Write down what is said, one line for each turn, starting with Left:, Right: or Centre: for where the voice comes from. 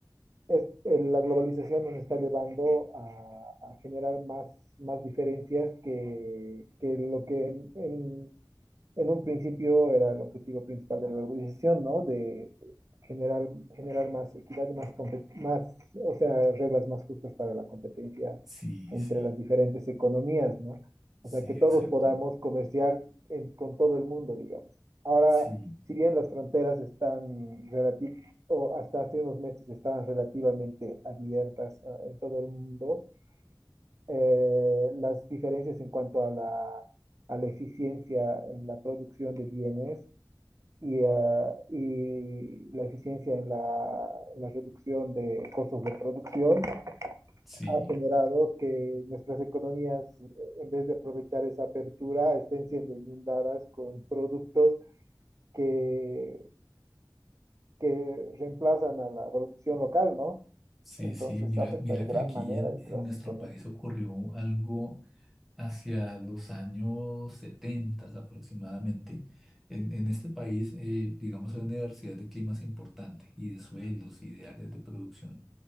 Right: es- la globalización nos está llevando a, a generar más, más diferencias que, que lo que en, en en un principio era el objetivo principal de la organización, ¿no? De generar, generar más equidad, más, compe- más, o sea, reglas más justas para la competencia
Centre: sí,
Right: entre
Centre: sí,
Right: las diferentes economías, ¿no?
Centre: sí,
Right: O sea, que todos
Centre: exacto.
Right: podamos comerciar en- con todo el mundo, digamos. Ahora,
Centre: Sí,
Right: si bien las fronteras están relativamente, o hasta hace unos meses estaban relativamente abiertas, ah, en todo el mundo, eh, las diferencias en cuanto a la, a la eficiencia en la producción de bienes y, ah, y la eficiencia en la, en la reducción de costos de producción
Centre: sí,
Right: ha generado que nuestras economías, eh, en vez de aprovechar esa apertura, estén siendo inundadas con productos que, que reemplazan a la producción local, ¿no?
Centre: sí,
Right: Entonces
Centre: sí. Mira,
Right: afecta
Centre: mira
Right: de
Centre: que
Right: gran
Centre: aquí
Right: manera,
Centre: en,
Right: yo creo,
Centre: en
Right: a
Centre: nuestro
Right: las economías.
Centre: país ocurrió algo hacia los años 70 aproximadamente. En, en este país, eh, digamos, hay una diversidad de climas importante y de sueldos y de áreas de producción.